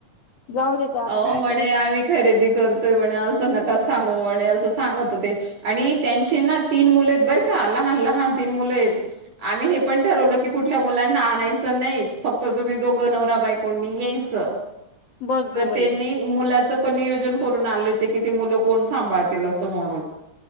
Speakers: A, on the left (about 65°); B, on the right (about 70°).
A: जाऊ देते आता
B: आओ
A: काय
B: म्हणे
A: करत
B: आम्ही खरेदी करतोय म्हणे असं नका सांगू म्हणे असं सांगत होते, आणि त्यांचे ना तीन मुलेत बरं का, लहान लहान तीन मुलं आहेत, आम्ही हे पण ठरवलं की कुठल्या मुलांना आणायचं नाही फक् तुम्ही दोघं नवरा बायकोंनी यायचं,
A: बघ
B: तर
A: ग बाई
B: त्यांनी मुलाचं पण नियोजन करून आले होते की ते मुलं कोण सांभाळतील असं म्हणून,